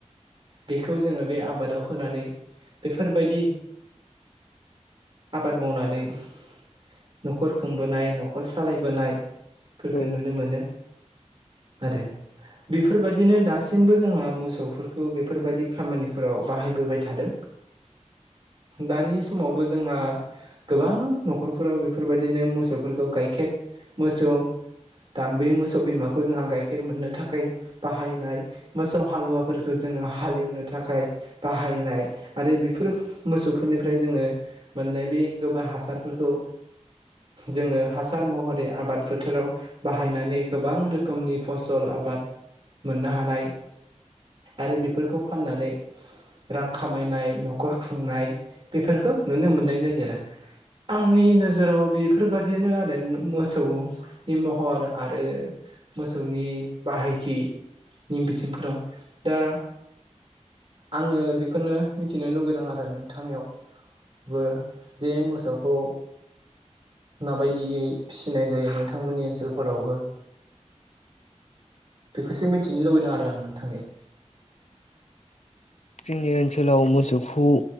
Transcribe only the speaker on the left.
औ
औ
<inaudible>
जोंनि ओनसोलाव मोसौखौ